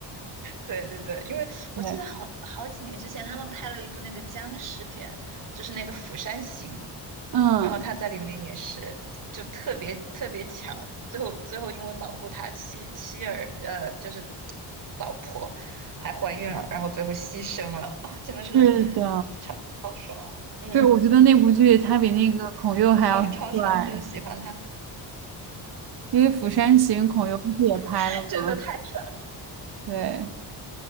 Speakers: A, on the right (about 50°); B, on the right (about 65°).
A: 对对对，因为我记得好好几年之前，
B: <laughs> 对，
A: 他们拍了一部那个僵尸片，就是那个《釜山行》，
B: 嗯，
A: 然后他在里面也是就特别特别强，最后最后因为保护他妻妻儿呃就是老婆还怀孕了，然后最后牺牲了，<laughs> 啊真的是
B: 是的，
A: 超超爽，嗯
B: 对，我觉得那部剧他比那个孔侑还要帅，
A: 嗯嗯，超超爽，就是喜欢他，
B: 因为《釜山行》孔侑不是也拍了吗？
A: <laughs> 真的太爽，
B: 对，